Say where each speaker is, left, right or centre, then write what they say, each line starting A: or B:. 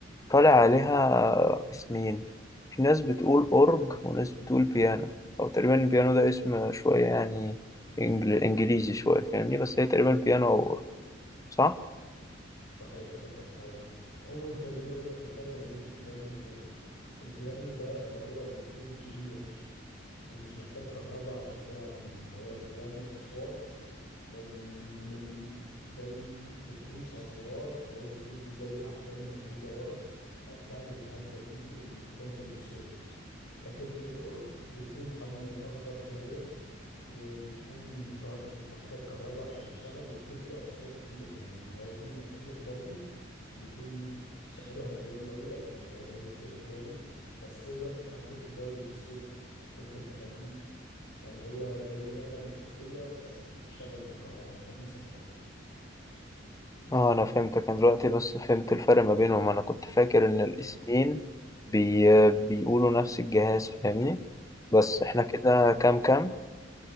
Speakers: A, on the left (about 15°); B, on the left (about 85°).
A: طالع عليها اسمين في ناس بتقول أورج وناس بتقول بيانو أو تقريبا البيانو ده اسم شوية يعني إنجل... إنجليزي شوية فاهمني بس هي تقريبا بيانو أو أورج صح؟
B: صحيح إجابتك صحيحة عموما خليني أقول لك الفرق ما بين البيانو والأورج البيانو ده اللي هو بيكون كبير ومش محتاج كهرباء عشان تلعب بيه اللي هو بيعمل أصوات من من زي بتدوس على الزرار فهو بيكون فيه زي أحبال مشدودة ورا فبتعمل الهزة دي اللي بتنتج الصوت لكن الأورج بيكون حجمه أصغر شوية وبيكون كه- محتاج كهرباء عشان يشتغل وبيكون فيه أصوات كتير يعني هو فيه مفاتيح برضو وبيكون شبه البيانو أوي يعني مفاتيح زي مفاتيح البيانو بس تقدر تتحكم في درجة الصوت ممكن تخليه يعني هو زي آلة موسيقية بس بتشتغل بالكهرباء حديثة شوية
A: اه أنا فهمتك أنا دلوقتي بس فهمت الفرق ما بينهم أنا كنت فاكر إن الاسمين
B: مم.
A: بي... بيقولوا نفس الجهاز فاهمني بس احنا
B: فاهم
A: كده
B: قصدي
A: كام كام؟